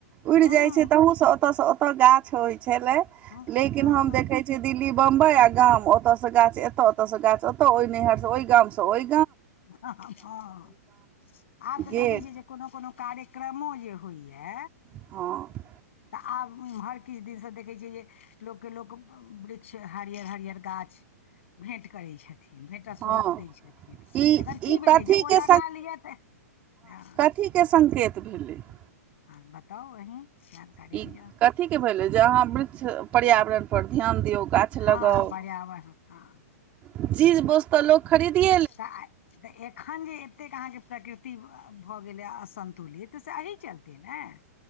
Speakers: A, on the right (about 15°); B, on the left (about 50°).
A: उड़ि
B: हँ
A: जाइ छै तहु सँ ओत सँ ओत गाछ होइ छलैय
B: हँ
A: लेकिन हम देखे जै दिल्ली बम्बई आ गाम ओत सँ गाछ एत ओत सँ गाछ एतौ ओहि नैहर सँ ओई गाम सँ ओय
B: हा हा हँ आब तऽ
A: गेल
B: देखै छियै जे कोनो कोनो कार्यक्रमो जे होइया
A: हँ
B: तऽ आब इम्हर किछ दिन सँ देखै छियै जे लोक के लोक वृक्ष हरियर हरियर गाछ भेंट करै छथिन भेंट स्वरूप
A: हँ
B: दै छथिन
A: ई
B: एकर
A: ई
B: की भेलै
A: कथी
B: जे
A: के
B: ओ लगा लिअ तऽ हँ
A: ठीके सँकेत <unintelligible>
B: हँ बताउ अहीं
A: ई
B: दिअ
A: कथी के भेले ज अहाँ वृक्ष पर्यावरण पर ध्यान दियो गाछ
B: हँ
A: लगाव
B: पर्यावरण हँ
A: -चीज बोस्त तऽ लोक खरिदिए
B: तऽ आइ तऽ एखन जे एतेक अहाँके प्रकृति ति भऽ गेलैया असन्तुलित से अहि चलते नै <inaudible>